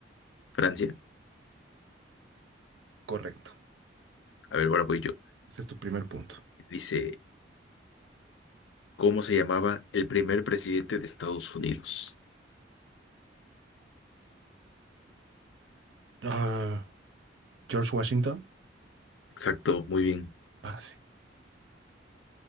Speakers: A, on the left; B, on the right.
A: Francia.
B: Correcto.
A: A ver, ahora voy yo.
B: Ese es tu primer punto.
A: Dice, ¿cómo se llamaba el primer presidente de Estados Unidos?
B: Ah, George Washington.
A: Exacto, muy bien.
B: Ah, sí.